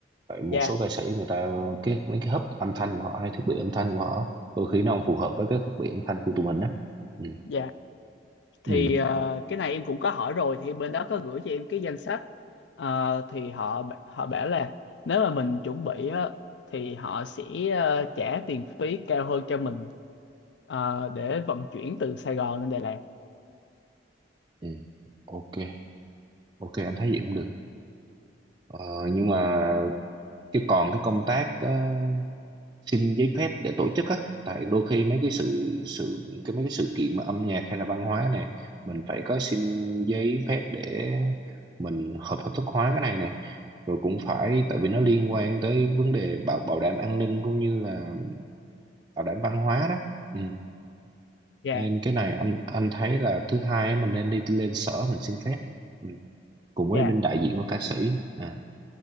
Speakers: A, on the right; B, on the left.
A: tại một
B: dạ
A: số ca sĩ người ta cái mấy cái hub âm thanh của họ hay thiết bị âm thanh của họ đôi khi nó không phù hợp với cái thiết bị âm thanh của tụi mình á ừ.
B: dạ thì
A: Ừ.
B: ờ, cái này em cũng có hỏi rồi thì bên đó có gửi cho em cái danh sách Ờ, thì họ họ bảo là nếu mà mình chuẩn bị á, thì họ sẽ ờ, trả tiền phí cao hơn cho mình ờ, để vận chuyển từ Sài Gòn lên Đà Lạt
A: Ừ. ok ok anh thấy vậy cũng được ờ, nhưng mà cái còn cái công tác ờ, xin giấy phép để tổ chức á tại đôi khi mấy cái sự sự cái mấy cái sự kiện mà âm nhạc hay là văn hóa này mình phải có xin giấy phép để mình hợp hợp thức hóa cái này nè rồi cũng phải tại vì nó liên quan tới vấn đề bảo bảo đảm an ninh cũng như là bảo đảm văn hóa đó ừ.
B: dạ
A: nên cái này anh anh thấy là thứ hai á, mình nên đi lên sở mình xin phép ừ. cùng
B: dạ
A: với bên đại diện của ca sĩ à.